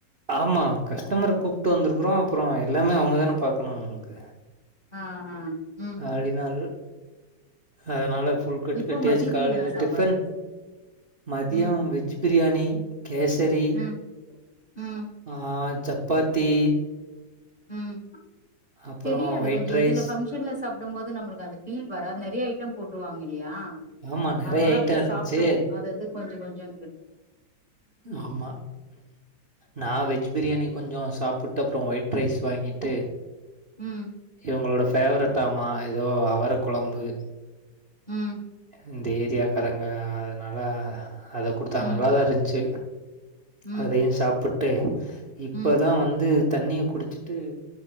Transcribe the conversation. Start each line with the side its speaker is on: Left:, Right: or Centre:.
Right: ஆமா கஸ்டமர கூப்ட்டு வந்திருக்குறோ அப்பறோ எல்லாமே அவுங்கதான பாக்கணோ நம்மள்க்கு
Left: ஆஹ ம்
Right: அலி நாள் அதனால ஃபுல் கட்டு
Left: இப்போ
Right: கட்டியாச்சு
Left: மதியத்துக்கு
Right: காலைல
Left: என்ன சாப்பாடு
Right: டிஃபன் மதியொ
Left: ம்
Right: வெஜ் பிரியாணி கேசரி
Left: ம் ம்
Right: ஆ சப்பாத்தி
Left: ம்
Right: அப்புறம்
Left: தெரியாது
Right: ஒயிட்
Left: கொஞ்சொ
Right: ரைஸ்.
Left: இதுல ஃபங்க்ஷன்ல சாப்டும் போது நம்மளுக்கு அந்த ஃபீல் வரா நெறைய ஐ ட்டம் போட்டுவாங் இல்லியா
Right: ஆமா நெறைய
Left: அதனால
Right: ஐட்டம்
Left: அப்டே
Right: இருந்துச்சு.
Left: சாப்டுவோ அது அது கொஞ்சொ கொஞ்சொன்ட்டு
Right: ஆம்மா நா வெஜ் பிரியாணி கொஞ்சொ சாப்புட்டு அப்பறோ ஒயிட் ரைஸ் வாங்கிட்டு
Left: ம்
Right: இவங்களோட ஃபேவரெட்டாமா எதோ அவர கொழம்பு
Left: ம்
Right: இந்த ஏரியாக்காரங்க அதனால அத குடுத்தாங்க
Left: ம்
Right: நல்லா தா இருந்ச்சு
Left: ம்
Right: அதையு சாப்புட்டு இப்பதா
Left: ம்
Right: வந்து தண்ணிய குடிச்சுட்டு